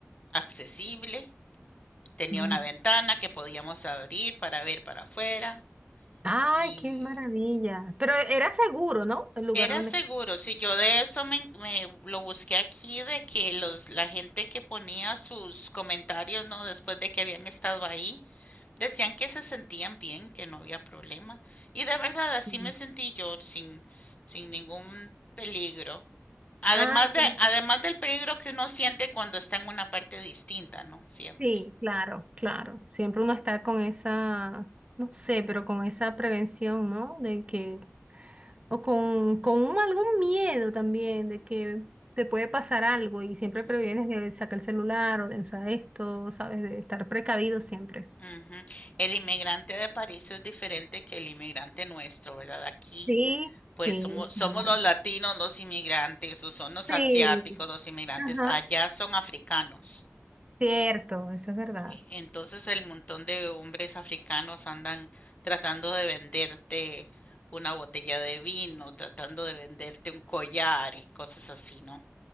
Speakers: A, on the left (about 30°); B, on the right (about 25°).
A: accesible. Tenía
B: Ay,
A: una ventana
B: qué
A: que podíamos abrir para ver para afuera.
B: ay,
A: Y
B: qué maravilla. Pero era seguro, ¿no? El lugar
A: era
B: donde
A: seguro.
B: estu-
A: Si yo de eso me, me lo busqué aquí, de que los, la gente que ponía sus comentarios, ¿no? Después de que habían estado ahí, Decían que se sentían bien, que no había problema. Y de verdad, así
B: Sí.
A: me sentí yo, sin, sin ningún peligro. Además
B: Ay, qué...
A: de,
B: lindo.
A: además del peligro que uno siente cuando está en una parte distinta, ¿no? Siempre.
B: Sí, claro, claro. Siempre uno está con esa, no sé, pero con esa prevención, ¿no? De que O con, con un- algún miedo también de que te puede pasar algo y siempre
A: Mm,
B: previenes de sacar el celular o de usar esto, ¿sabes? De estar precavido siempre.
A: ujú. El inmigrante de París es diferente que el inmigrante nuestro, ¿verdad? Aquí,
B: Sí, sí,
A: pues somos, somos
B: claro.
A: los latinos, los inmigrantes, o son los
B: Sí,
A: asiáticos, los inmigrantes.
B: ajá.
A: Allá son africanos.
B: Cierto, eso es verdad.
A: E- Entonces el montón de hombres africanos andan tratando de venderte una botella de vino, tratando de venderte un collar y cosas así, ¿no?